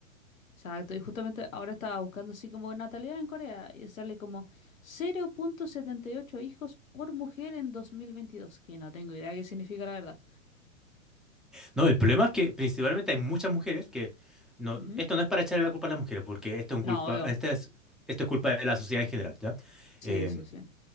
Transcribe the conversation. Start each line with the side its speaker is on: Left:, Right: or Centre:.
Left: Exacto, y justamente ahora estaba buscando así como natalidad en Corea y sale como cero punto setenta y ocho hijos por mujer en dos mil veintidós que no tengo idea qué significa la verdad.
Centre: No, el problema es que principalmente hay muchas mujeres que no,
Left: Ujú.
Centre: esto no es para echarle la culpa a las mujeres, porque esto es un
Left: No,
Centre: culpa,
Left: obvio.
Centre: esta es, esto es culpa de la sociedad en general, ¿ya?
Left: Sí,
Centre: Eh,
Left: sí, sí.